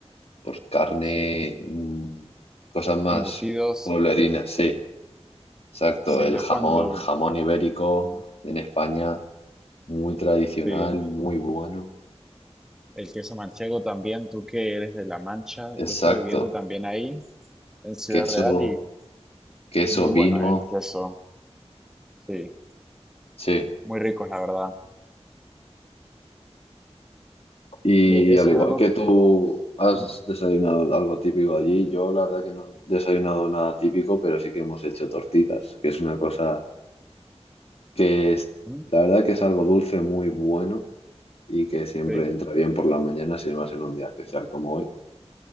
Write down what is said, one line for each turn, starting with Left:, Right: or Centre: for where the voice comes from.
Left: por carne,
Centre: Sí,
Left: mm, cosas más
Centre: embutidos,
Left: pueblerinas, sí, exacto,
Centre: sí,
Left: el
Centre: yo
Left: jamón,
Centre: cuando,
Left: jamón ibérico
Centre: ujú,
Left: en España, muy tradicional,
Centre: sí,
Left: muy bueno,
Centre: el queso manchego también, tú que eres de La Mancha,
Left: exacto,
Centre: yo estuve viviendo también ahí, en Ciudad
Left: queso.
Centre: Real, y
Left: queso,
Centre: muy
Left: vino,
Centre: bueno, eh, el queso, sí,
Left: sí.
Centre: muy ricos, la verdad.
Left: Y
Centre: De- Eso
Left: al igual
Centre: es algo,
Left: que tú has
Centre: ujú,
Left: desayunado algo típico allí, yo la verdad que no he desayunado nada típico, pero sí que hemos hecho tortitas, que es una cosa que es,
Centre: ujú,
Left: la verdad que es algo dulce muy bueno y que siempre
Centre: sí.
Left: entra bien por la mañana, si más en un día especial como hoy.